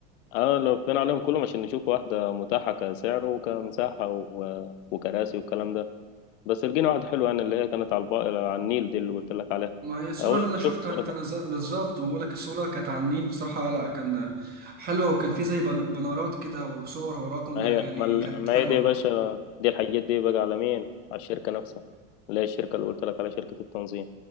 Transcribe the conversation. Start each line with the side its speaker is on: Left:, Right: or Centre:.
Left: اه لفينا عليهم كلهم عشان نشوف واحده متاحه كسعر وكمساحه و... وكراسي والكلام ده بس لقينا واحده حلوه يعني اللي هي كانت على الب... على النيل دي اللي قلت لك عليها
Right: ما هي الصورة
Left: اول
Right: اللي أنا
Left: شوف
Right: شفتها
Left: صورتها
Right: أنت نزل بالظبط بقول لك الصورة كانت على النيل بصراحة لا كان حلوة وكان في زي بن- بنارات كده وصور وراكم
Left: ما
Right: لا
Left: هي
Right: يعني
Left: ما, ال...
Right: كانت
Left: ما
Right: حلوة
Left: هي دي يا باشا دي الحاجات دي بقى على مين على الشركه نفسها اللي هي الشركه اللي قلت لك على شركه التنظيم